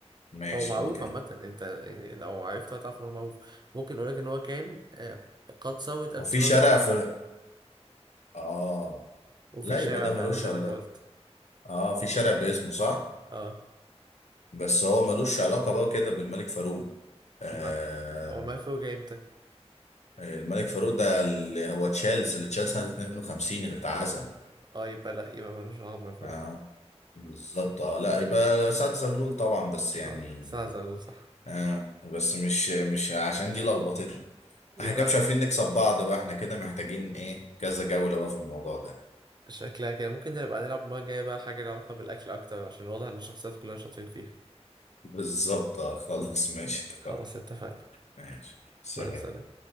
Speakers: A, on the left; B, on the right.
A: ماشي
B: هو معروف
A: قول كده
B: عامه انت يعني لو عرفته هتعرف ان هو معروف ممكن اقول لك ان هو كان آه قد ثورة 1919
A: هو في شارع في اه
B: وفي
A: لا يبقى
B: شارع
A: ده
B: فعلا
A: ملوش
B: زي
A: علاقه
B: ما انت قلت
A: اه في شارع باسمه صح
B: اه
A: بس هو ملوش علاقه بقى كده بالملك فاروق آه
B: ما هو المفروض جاي امتى
A: الملك فاروق ده اللي هو تشيلس اللي تشيلس سنه 52 اللي اتعزل
B: اه يبقى لا يبقى ملوش علاقه بالمفروض
A: اه بالظبط اه لا يبقى سعد زغلول طبعا بس يعني
B: صح ساعه زغلول صح
A: اه بس مش مش عشان دي لخبطتني
B: يبقى
A: احنا كده مش عارفين نكسب بعض بقى احنا كده محتاجين ايه كذا جولة بقى في الموضوع ده
B: شكلها كده ممكن نبقى نلعب المره الجايه بقى حاجه لها علاقه بالاكل اكتر عشان واضح ان الشخصيات كلها شاطرين فيها
A: بالظبط آه، خلاص ماشي اتفقنا
B: خلاص اتفقنا
A: ماشي سلام
B: مع السلامه